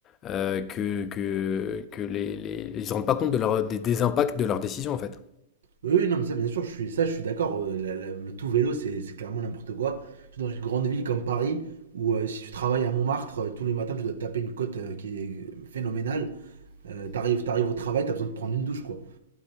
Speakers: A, on the left; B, on the right.
A: euh, que, que, que les, les- ils se rendent pas compte de leur, des, des impacts de leurs décisions, en fait.
B: Oui, oui, non, mais ça, bien sûr, je suis, ça, je suis d'accord. euh, la- la- le tout vélo, c'est c'est clairement n'importe quoi. Surtout dans une grande ville comme Paris, où euh, si tu travailles à Montmartre, euh, tous les matins, tu dois te taper une côte euh, qui est phénoménale. Euh, t'arrives, t'arrives au travail, t'as besoin de prendre une douche, quoi.